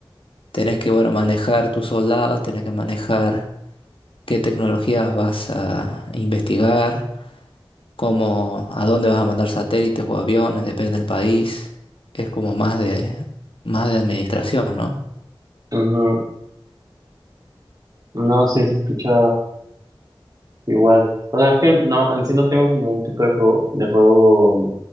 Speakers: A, on the left (about 75°); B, on the right (about 45°).
A: tenés que, bueno, manejar tus soldados, tenés que manejar qué tecnologías vas a investigar, cómo, a dónde vas a mandar satélites o aviones, depende del país. Es como más de, más de administración, ¿no?
B: Ujú. No, sí se escucha igual. O sea, es que no, en sí no tengo como un tipo de juego, de juego